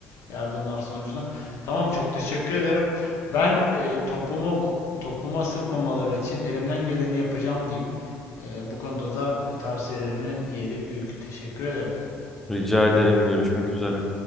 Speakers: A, on the left; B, in the centre.
A: yardımlar sonucunda. Tamam çok teşekkür ederim. Ben eee, topuma vu- topuma sıkmamaları için elimden geleni yapacağım diyeyim. Ee, bu konuda da tavsiyelerinin yeri büyük. Teşekkür ederim.
B: Rica ederim görüşmek üzere.